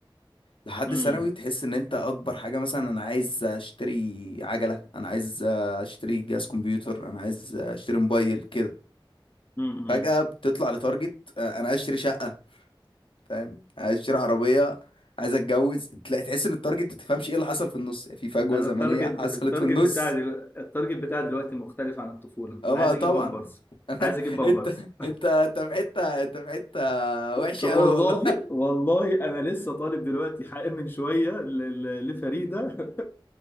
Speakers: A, on the left; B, on the left.
A: لحد
B: امم
A: ثانوي تحس ان انت اكبر حاجه مثلا انا عايز اشتري عجله انا عايز اشتري جهاز كمبيوتر انا عايز اشتري موبايل كده
B: امم
A: فجاه بتطلع لتارجت آه، انا عايز اشتري شقه فاهم عايز اشتري عربيه عايز اتجوز تلاقي تحس ان التارجت ما تفهمش ايه اللي حصل في النص في فجوه
B: انا
A: زمنيه
B: التارجت
A: حصلت
B: التارجت
A: في النص
B: بتاعي دل... التارجت بتاعي دلوقتي مختلف عن الطفوله
A: اما
B: انا عايز
A: طبعا
B: اجيب بامبرز
A: <laughs> انا
B: عايز اجيب بامبرز
A: انت انت انت في حته انت في حته وحشه
B: طب
A: قوي
B: والله
A: والله
B: والله انا لسه طالب دلوقتي حق من شويه ل- ل- لفريده